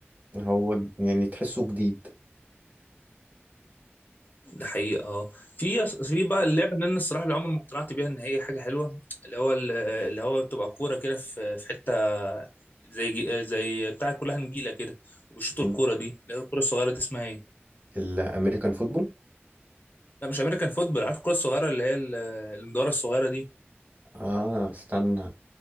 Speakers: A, on the right (about 40°); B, on the left (about 45°).
A: هو ج- يعني تحسه جديد
B: ده حقيقه اه في في بقى اللعبه اللي انا الصراحه اللي عمري ما اقتنعت بيها ان هي حاجه حلوه اللي هو اللي هو بتبقى كوره كده في في حته زي جي- زي بتاع كلها نجيله كده وبيشوطوا
A: يعني
B: الكوره دي اللي هي الكوره الصغيره دي اسمها ايه؟
A: الامريكان فوتبول
B: لا مش امريكان فوتبول عارف الكوره الصغيره اللي هي ال- المدوره الصغيره دي
A: اه استنى